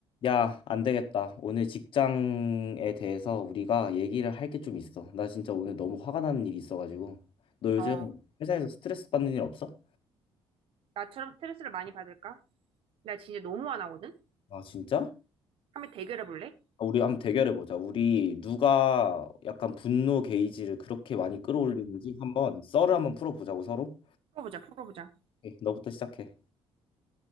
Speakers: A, on the left; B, on the right.
A: 야, 안 되겠다. 오늘 직장에 대해서 우리가 얘기를 할 게 좀 있어. 나 진짜 오늘 너무 화가 나는 일이 있어가지고. 너 요즘
B: 어,
A: 회사에서 스트레스 받는 일 없어?
B: 나처럼 스트레스를 많이 받을까? 나 진짜 너무 화나거든?
A: 아, 진짜?
B: 한번 대결해 볼래?
A: 아, 우리 한번 대결해 보자. 우리 누가 약간 분노 게이지를 그렇게 많이 끌어올리는지 한번 썰을 한번 풀어보자고 서로.
B: 풀어보자, 풀어보자.
A: 오케이, 너부터 시작해.